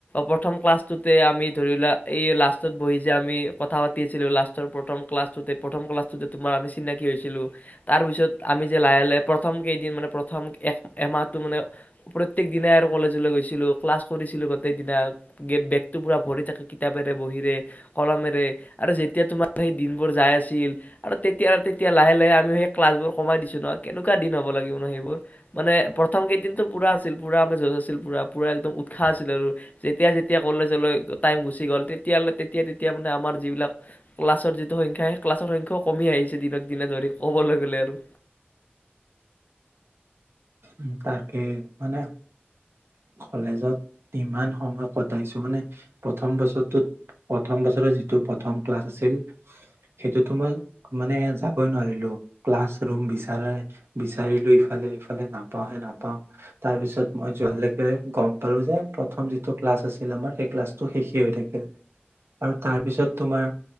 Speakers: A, on the left; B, on the right.
A: প্ৰথম ক্লাছটোতে আমি ধৰি লোৱা এই লাষ্টতত বহি যে আমি কথা পাতি আছিলোঁ লাষ্টৰ প্ৰথম ক্লাছটোতে প্ৰথম ক্লাছটোতে তোমাৰ আমি চিনাকি হৈছিলোঁ তাৰপিছত আমি যে লাহে লাহে প্ৰথম কেইদিন মানে প্ৰথম এক এমাহটো মানে প্ৰত্যেক দিনাই আৰু কলেজ ক্লাছলৈ গৈছিলোঁ ক্লাছ কৰিছিলো গোটেই দিনা বেগটো পুৰা ভৰি থাকে কিতাপেৰে বহিৰে কলমেৰে আৰু যেতিয়া তোমাৰ সেই দিনবোৰ যাই আছিল আৰু তেতিয়া তেতিয়া লাহে লাহে আমি সেই ক্লাছ বোৰ কমাই দিছো ন কেনেকুৱা দিন হ'ব লাগিব ন সেইবোৰ মানে প্ৰথম কেইদিনতো পুৰা আছিল পুৰা আমি যজ আছিল পুৰা পুৰা একদম উৎসাহ আছিলে আৰু যেতিয়া যেতিয়া কলেজলৈ টাইম গুচি গ'ল তেতিয়ালৈ তেতিয়া তেতিয়া তেতিয়া মানে আমাৰ যিবিলাক ক্লাছৰ যিটো সংখ্যা ক্লাছৰ সংখ্যাও কমি আহিছে দিনক দিনে ধৰি ক'বলৈ গ'লে আৰু
B: উ তাকে মানে কলেজত ইমান সময় কটাইছো মানে প্ৰথম বছৰটোত প্ৰথম বছৰৰ যিটো প্ৰথম ক্লাছ আছিল সেইটোতো মই মানে যাবই নোৱাৰিলো ক্লাছ ৰুম বিচাৰ বিচাৰিলো ইফালে ইফালে নাপাওঁহে নাপাওঁ তাৰপিছত মই যোৱ লকে গম পালো যে প্ৰথম যিটো ক্লাছ আছিল আমাৰ সেই ক্লাছটো শেষে হৈ থাকিল আৰু তাৰ পিছত তোমাৰ